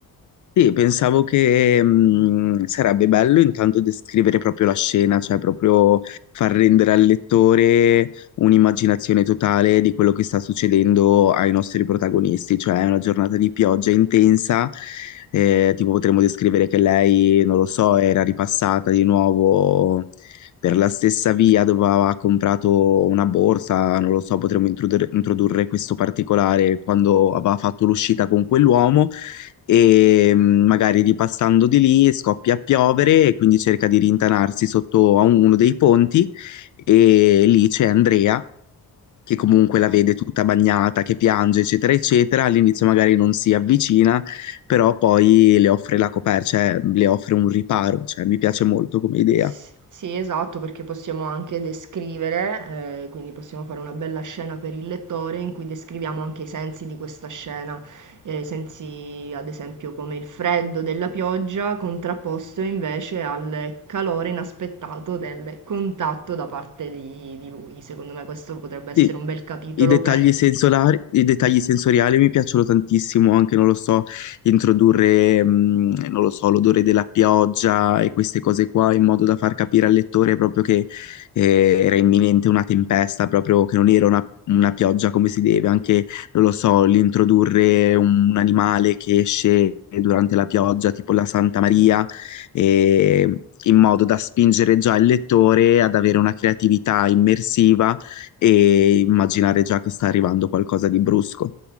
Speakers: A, on the left (about 55°); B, on the right (about 55°).
A: Sì, pensavo che mh, sarebbe bello intanto descrivere proprio la scena, cioè proprio far rendere al lettore un'immaginazione totale di quello che sta succedendo ai nostri protagonisti, cioè è una giornata di pioggia intensa, eh, tipo potremmo descrivere che lei, non lo so, era ripassata di nuovo per la stessa via dove aveva comprato una borsa, non lo so, potremmo introdurre introdurre questo particolare quando aveva fatto l'uscita con quell'uomo e mh, magari ripassando di lì scoppia a piovere e quindi cerca di rintanarsi sotto a un- uno dei ponti e lì c'è Andrea che comunque la vede tutta bagnata, che piange, eccetera, eccetera. All'inizio magari non si avvicina, però poi le offre la coperta, cioè le offre un riparo, cioè mi piace molto come idea.
B: S- Sì, esatto, perché possiamo anche descrivere, eh, quindi possiamo fare una bella scena per il lettore in cui descriviamo anche i sensi di questa scena, eh, sensi ad esempio come il freddo della pioggia contrapposto invece al calore inaspettato del contatto da parte di, di lui. Secondo me questo potrebbe essere
A: Sì,
B: un bel capitolo
A: i dettagli
B: per
A: sensolari, i dettagli sensoriali mi piacciono tantissimo, anche non lo so, introdurre, mm, non lo so, l'odore della pioggia e queste cose qua in modo da far capire al lettore proprio che eh, era imminente una tempesta, proprio che non era una, una pioggia come si deve, anche, non lo so, l'introdurre un, un animale che esce durante la pioggia, tipo la Santa Maria, eh, in modo da spingere già il lettore ad avere una creatività immersiva e immaginare già che sta arrivando qualcosa di brusco.